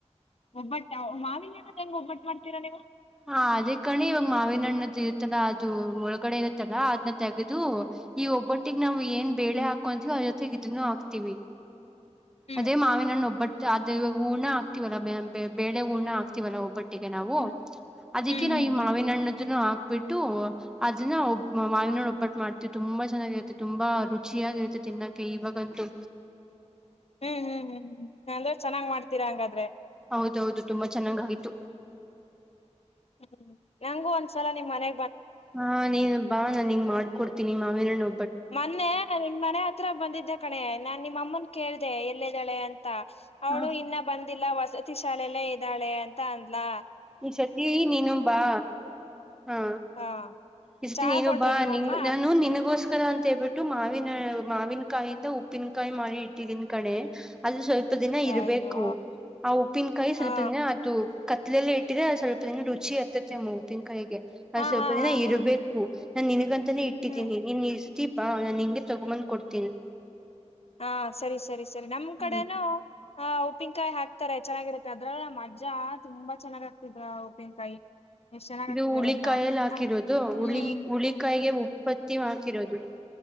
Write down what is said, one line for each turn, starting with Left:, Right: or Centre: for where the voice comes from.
Left: ಒಬ್ಬಟ್ಟ ಮಾವಿನ ಹಣ್ಣು ಹೆಂಗ್ ಒಬ್ಬಟ್ಟು ಮಾಡ್ತ- ತಿರ ನಿವು
Centre: ಹಾ ಅದೇ ಕಣೆ ಇವಾಗ ಮಾವಿನಣ್ಣ್ದ ಇರುತ್ತಲ್ಲ ಅದು ಒಳಗಡೆ ಇರುತ್ತಲ್ಲಾ ಅದ್ನ್ನ ತೆಗೆದು ಈ ಒಬ್ಬೊಟ್ಟಿಗೆ ನಾವವು ಏನ್ ಬೇಳೆ ಹಾಕೊಂತೀವವಿ ಅ ಜೊತೆ ಇದನ್ನು ಹಾಕ್ತಿವಿ
Left: ಹ್ಮ್
Centre: ಅದೇ ಮಾವಿನ್ ಹಣ್ಣು ಒಬ್ಬಟ್ಟು ಅದು ಹೂರ್ಣ ಆಗ್ತಿವಲ್ಲ ಬೇಳೆ ಹೂರ್ಣ ಆಗ್ತಿವಲ್ಲ ಒಬ್ಬಟ್ಟು ಮಟ್ಟಿಗೆ ನಾವು
Left: ಹ್ಮ್
Centre: ಅದಕ್ಕೆೇ
Left: ಹ್ಮ್
Centre: ನಾ
Left: ಹ್ಮ್
Centre: ಈ
Left: ಹ್ಮ್.
Centre: ಮಾವಿನ ಹಣ್ಣು ಇದನ್ನು ಹಾಕ್ಬಿಟ್ಟು ಅದನ್ನ ಒಬ್ಬ ಮಾವಿನೋಡ್ ಒಬ್ಬಟ್ಟು ಮಾಡ್ತೀವಿ ತುಂಬಾ ಚೆನ್ನಾಗಿರುತ್ತೆ ತುಂಬಾ ರುಚಿಯಾಗಿರುತ್ತೆ ತಿನ್ನೋಕ್ಕೆೆ ಇವಾಗಂತೂ
Left: ಹ್ಮ್ ಹ್ಮ್ ಹ್ಮ್ ಹ್ಮ್ ಅಂದ್ರೆ ಚೆನ್ನಾಗಿ ಮಾಡ್ತೀರಾ ಹಂಗಾದ್ರೆ
Centre: ಹೌದೌದು ತುಂಬಾ ಚೆನ್ನಾಗ ಆಗಿತ್ತು
Left: ಹ್ಮ್ ನಂಗೂ ಒಂದ್ಸಲ ನಿಮ್ ಮನೆ
Centre: ಹಾ ನೀನು ಬಾ ನನ ನಿಂಗ್ ಮಾಡ್ಕೊಡ್ತೀನಿ ಮಾವಿನ ಹಣ್ಣು
Left: ಮೊನ್ನೆ ನಿನ್ನ ಮನೆ ಹತ್ರ ಬಂದಿದ್ದೆ ಕಣೆ ನಾನ್ ನಿಮ್ಮಮ್ಮನ್ ಕೇಳ್ದ ಎಲ್ಲಿ ಇದ್ದಾಳೆ ಅಂತ ಅವಳು
Centre: ಹ
Left: ಇನ್ನ ಬಂದ ಇಲ್ಲಾ ವಸತಿ ಶಾಲೆಲ್ಲೇ ಇದ್ದಾಳೆ ಅಂತ ಅಂದ್ಲಾ
Centre: ಈ ಸತಿ ನೀನು ಬಾ ಹಾ
Left: ಹಾ
Centre: ಈ ಸತಿ
Left: ಚಹಾ
Centre: ನೀನು
Left: ಕೊಟ್ರು
Centre: ಬಾ
Left: ನಿಮ್ಮಮ್ಮ
Centre: ನಿ ನಾನು ನಿನಗೋಸ್ಕರ ಅಂತ ಹೇಳ್ಬಿಟ್ಟು ಮಾವಿನ ಮಾವಿನ ಕಾಯಿಂದ ಉಪ್ಪಿನಕಾಯಿ ಮಾಡಿ ಇಟ್ಟಿದಿನಿ ಕಣೆ ಅದು ಸ್ವಲ್ಪ ಸ್ವಲ್ಪ ದಿನ ಇರಬೇಕು
Left: ಅಯ್ಯೋ
Centre: ಆ ಉಪ್ಪಿನಕಾಯಿ ಸ್ವಲ್ಪ
Left: ಹಾ
Centre: ದಿನ ಅದು ಕತ್ಲೆಲೆ ಇಟ್ಟು ಇಟ್ಟ್ರೆ ಸ್ವಲ್ಪ ದಿನ ರುಚಿ ಇರ್ತತೆ ಅ ಉಪ್ಪಿನಕಾಯಿ ಗೆ ಅ
Left: ಹಾ
Centre: ಸ್ವಲ್ಪ
Left: ಹಾ
Centre: ದಿನ
Left: ಹಾ
Centre: ಇರ್ಬೇಕು
Left: ಹಾ
Centre: ನಾ ನಿಂಗಂತ ಇಟ್ಟಿದ್ದೀನಿ
Left: ಹ್ಮ್
Centre: ನೀನ್ ಬಾ ನಾನ್ ನಿಂಗೆ ತಗೊಂಬಂದ್ ಕೊಡ್ತೀನಿ
Left: ಹಾ ಸರಿ ಸರಿ ಸರಿ ನಮ್
Centre: ಹ್ಮ್
Left: ಕಡೆನೂ ಹ ಉಪ್ಪಿನಕಾಯಿ ಹಾಕ್ತಾರೆ ಚೆನ್ನಾಗಿರುತ್ತೆ ಅದ್ರಲ್ಲ ಮಜಾ ತುಂಬಾ ಚೆನ್ನಾಗ ಆ್ತಿದ್ರ ಉಪ್ಪಿನಕಾಯಿ ಎಷ್ಟ್ ಚೆನ್ನಾಗ್
Centre: ಇದು
Left: ಆಗ್ತಿದೆ
Centre: ಹುಳಿಕಾಯಲ್ಲಿ
Left: ಗೊತ್ತಾ
Centre: ಹಾಕಿರೋದು
Left: ಆ
Centre: ಹುಳಿ
Left: ಹ್ಮ್
Centre: ಹುಳಿಕಾಯಿಗೆ ಉತ್ಪತ್ತಿ ಹಾಕಿರೋದು